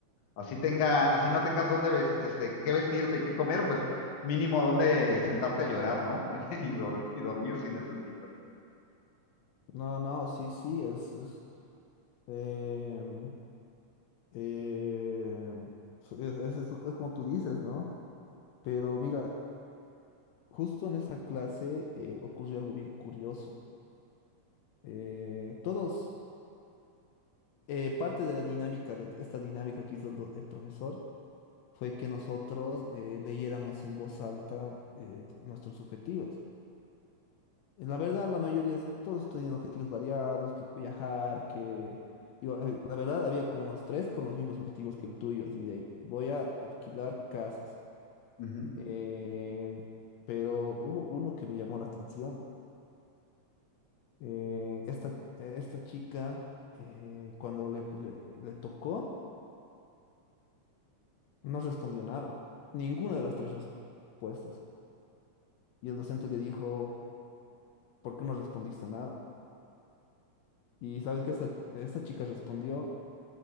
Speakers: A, on the left; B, on the left.
A: Así tenga, así no tengas dónde ves, este, qué vestirte y qué comer, pues mínimo dónde sentarte a llorar, ¿no? <laughs> Y, dor- y dormir si necesitas.
B: No, no, sí, sí, es, es, em, em, es- es- es como tú dices, ¿no? Pero mira, justo en esa clase eh, ocurrió algo bien curioso. Eh, todos eh, parte de la dinámica, de esta dinámica que hizo el, do- el profesor, fue que nosotros eh, leyéramos en voz alta eh, t- nuestros objetivos. Eh, La verdad, la mayoría, todos tenían objetivos variados, que viajar, que... digo, eh, la verdad, había como unos tres con los mismos objetivos que el tuyo, así de, voy a alquilar casas.
A: Ujú.
B: Eh, pero hubo uno que me llamó la atención. Eh, esta, eh, esta chica, eh, cuando le le- le tocó No respondió nada, ninguna de las tres respuestas. Y el docente le dijo, ¿por qué no respondiste nada? Y sabes que esta, esta chica respondió,